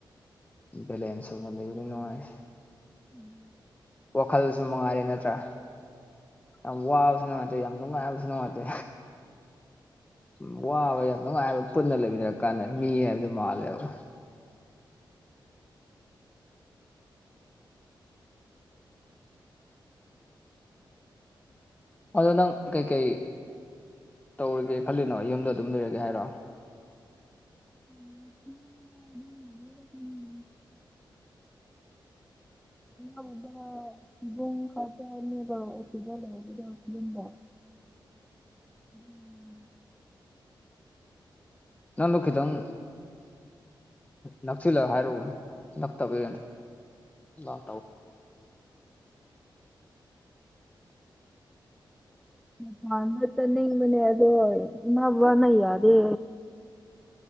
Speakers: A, on the left; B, in the centre.
A: ꯕꯦꯂꯦꯟꯁ ꯑꯣꯏꯅ ꯂꯩꯕꯗꯤ ꯅꯨꯡꯉꯥꯏ
B: ꯎꯝ
A: ꯋꯥꯈꯜꯁꯨ ꯃꯉꯥꯏꯔꯦ ꯅꯠꯇ꯭ꯔꯥ ꯌꯥꯝ ꯋꯥꯕꯁꯨ ꯅꯨꯡꯉꯥꯏꯇꯦ ꯌꯥꯝ ꯅꯨꯡꯉꯥꯏꯕꯁꯨ ꯅꯨꯡꯉꯥꯏꯇꯦ꯫ ꯎ ꯋꯥꯕ ꯌꯥꯝ ꯅꯨꯡꯉꯥꯏꯕ ꯄꯨꯟꯅ ꯂꯩꯃꯤꯟꯅꯔ ꯀꯥꯟꯗ ꯃꯤ ꯍꯥꯏꯕꯗꯣ ꯃꯥꯜꯂꯦꯕ ꯃꯗꯗꯥ ꯀꯩ ꯀꯩ ꯇꯧꯔꯒꯦ ꯈꯜꯂꯤꯅꯣ ꯌꯨꯝꯗ ꯑꯗꯨꯝ ꯂꯩꯔꯒꯦ ꯍꯥꯏꯔꯣ
B: ꯎꯝꯝ ꯣꯏ ꯗꯨꯡ ꯈꯥꯖꯅꯦꯕ ꯑꯦꯁꯨ ꯂꯗ ꯑꯗꯨꯝꯕꯣ ꯎꯝ
A: ꯅꯪꯗꯣ ꯈꯤꯇꯪ ꯅꯛꯁꯤꯜꯂ ꯍꯥꯏꯔꯨꯎꯕꯅꯦ ꯂꯥꯛ ꯄꯔ ꯂꯥꯛ
B: ꯃ ꯐꯥꯟꯅ ꯇꯅ ꯃꯅꯦ ꯑꯗ ꯏ ꯋꯥꯅ ꯌꯥꯗꯦ